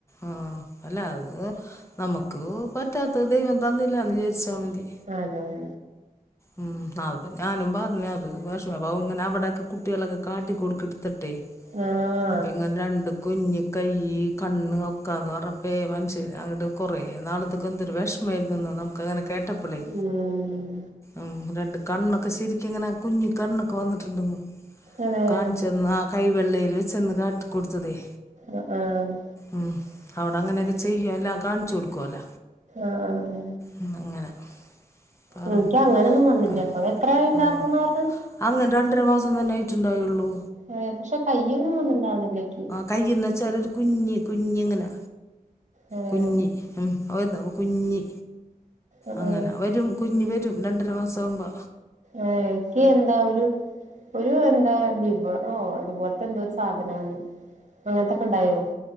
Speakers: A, on the left (about 20°); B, on the right (about 55°).
A: ആഹ് അല്ല അത് നമുക്ക് പറ്റാത്ത ദൈവം തന്നില്ലന്ന് വിചാരിച്ച മതി
B: അതെ അെ
A: ഉ അ അപ്പൊ ഞാനും പറഞ്ഞ അത് വിഷമ അ ഇങ്ങനെ അവിടെയൊക്കെ കുട്ടികളൊക്കെ കാട്ടി കൊടുക്കടുത്തട്ടെ
B: ആഹ്
A: അപ്പൊ ഇങ്ങനെ രണ്ട കുഞ്ഞ കൈ കണ്ണ് ഒക്കാന്ന് പറഞ്ഞപ്പ മനുഷ്യൻ അങ്ങോട്ട് കുറേ നാളത്തൊക്കെ എന്തരു വിഷ മെരുന്നു ന്നൊക്കെങ്ങനെ കേട്ട പ്പളായ്
B: ഉം
A: ഉം രണ്ട് കണ്ണൊക്കെ ശരിക്ക ഇങ്ങനെ കുഞ്ഞി കണ്ണൊക്കെ വന്നിട്ടുണ്ടന്ന്
B: അതെ
A: കാണിച്ചന്ന് ആ കൈ വെള്ളയിൽ വെ ചെന്ന് കാട്ട കൊടുത്തതേ
B: അ ആഹ്
A: ഉം അവിട അങ്ങനെയൊക്കെ ചെയ്യുവ അല്ലാ കാണിച്ചു കൊടുക്കുവല്ല
B: ആഹ്
A: ഉം അങ്ങനെ പറയണ്ട
B: എനിക്ക് അങ്ങനെയൊന്നും വന്നില്ല
A: പ
B: കേട്ടോ എത്രെയാ ഉണ്ടായിർന്ന്
A: ഉം
B: പറഞ്
A: അങ്ങനെ രണ്ടര മാസം തന്നെ ആയിട്ടുണ്ടായള്ളൂ
B: ആഹ് പക്ഷെ കയ്യനൊന്നും ഉണ്ടാവനില്ല ങ്കി
A: കൈന്ന് വച്ചാലൊരു കുഞ്ഞി കുഞ്ഞി ഇങ്ങനെ
B: ഉം
A: കുഞ്ഞി ഉം ആഹ് വരുന്നു കുഞ്
B: ഉം
A: അങ്ങനെ വരും കുഞ്ഞ് വരും രണ്ടര മാസം ആകുമ്പോ
B: ഏഹ് ന്കി എന്താ ഒരു ഒരു എന്താ ലിവറോ അതുപോലത്തെ എന്തോ ഒരു സാധനവന്ന് അങ്ങനത്തക്കെ ഉണ്ടായോ